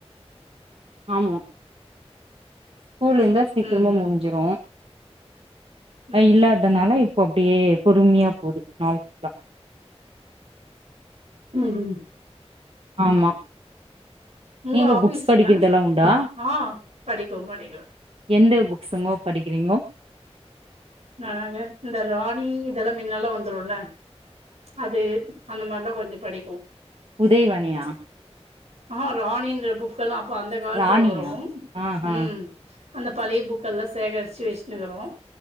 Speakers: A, on the right (about 60°); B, on the right (about 85°).
A: ஆமா ஸ்கூல் இருந்தா சீக்கிரமா
B: ம் ம்
A: முடிஞ்சிரு அதே
B: ம்
A: இல்லா அதனால இப்ப அப்டியே பொறுமையா போது நாள் அஞ்சு
B: ம்
A: ஆமா
B: உங்க
A: நீங்க
B: ஆபீஸ்னா
A: புக்ஸ் படிக்கிறதெல்லா உண்டா
B: ஆ படிக்கும் படிக்கும்
A: எந்த புக்ஸுங்கோ படிக்கிறீங்கோ
B: நானாங்க இந்த ராணி இதெல்லா முன்னெல்லா வந்துடும்ல அது அந்த மாரில்லா கொஞ்சோ படிப்போ
A: உதய்வாணியா
B: ஆ ராணின்ற புக்ஸ்செல்லாம் அப்ப அந்த காலத்துல
A: ராணியா
B: வரும்
A: ஆஹா
B: ம் அந்த பழைய புக்கெல்லா சேகரிச்சு வச்சுனுக்குறோ